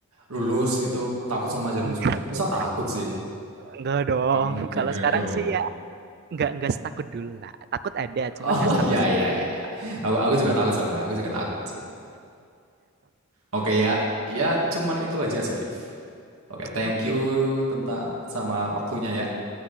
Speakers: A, on the right; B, on the right.
A: lulus gitu takut sama jarum
B: Enggak
A: suntik. Masa
B: dong
A: takut sih?
B: enggak dong.
A: Nggak mungkin,
B: <laughs> Kalau
A: nggak
B: sekarang
A: dong.
B: sih ya enggak enggak setakut dulu lah. Takut ada, cuman
A: Oh
B: enggak
A: <laughs>
B: setakut
A: ya
B: se
A: ya ya ya. Aku aku juga takut soalnya. Aku juga takut sih. Oke ya, ya cuman itu aja sih Liv. Oke, thank
B: oke.
A: you tentang sama waktunya ya.